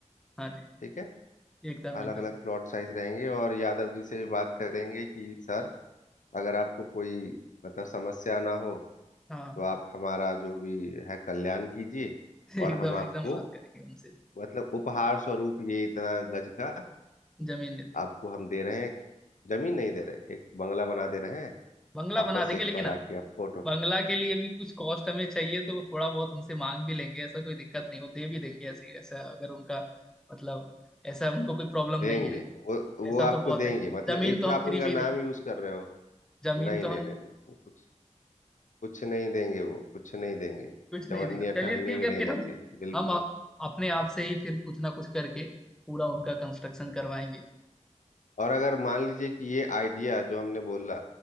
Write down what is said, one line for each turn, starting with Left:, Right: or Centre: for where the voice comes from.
Centre: हाँ जी
Left: ठीक है
Centre: एकदम
Left: अलग
Centre: एकदम
Left: अलग प्लॉट साइज रहेंगे और यादव जी से भी बात करेंगे कि सर अगर आपको कोई मतलब समस्या ना हो
Centre: हाँ
Left: तो आप हमारा जो भी है कल्याण कीजिए
Centre: <laughs> एकदम
Left: और हम आपको
Centre: एकदम बात करेंगे उनसे
Left: मतलब उपहार स्वरूप ये इतना गज का
Centre: जमीन दे देंगे
Left: आपको हम दे रहे हैं जमीन नहीं दे रहे एक बंगला बना दे रहे हैं
Centre: बंगला
Left: आप
Centre: बना
Left: बस
Centre: देंगे
Left: एक
Centre: लेकिन
Left: बार आके आप फोटो खींच
Centre: बंगला के लिए भी कुछ कॉस्ट हमें चाहिए तो थोड़ा बहुत उनसे मांग भी लेंगे ऐसा कोई दिक्कत नहीं वो दे भी देंगे ऐसी ऐसा अगर उनका मतलब ऐसा उनको कोई प्रॉब्लम
Left: देंगे
Centre: नहीं है
Left: वो वो
Centre: ऐसा तो
Left: आपको
Centre: बहुत
Left: देंगे
Centre: है
Left: मतलब
Centre: जमीन
Left: एक
Centre: तो
Left: तो
Centre: हम
Left: आप
Centre: फ्री
Left: उनका
Centre: में
Left: नाम
Centre: ही देंगे
Left: यूज कर रहे हो
Centre: जमीन
Left: नहीं
Centre: तो
Left: नहीं
Centre: हम
Left: नहीं नहीं वो कुछ कुछ नहीं देंगे वो कुछ नहीं देंगे
Centre: कुछ नहीं
Left: चवन्नी
Centre: देंगे
Left: अठन्नी
Centre: चलिए ठीक
Left: भी
Centre: है
Left: नहीं
Centre: फिर
Left: देंगे
Centre: हम
Left: बिल्कुल
Centre: हम अ- अपने आप से ही फिर कुछ ना कुछ करके पूरा उनका कंस्ट्रक्शन करवाएंगे
Left: और अगर मान लीजिए कि ये आइडिया जो हमने बोला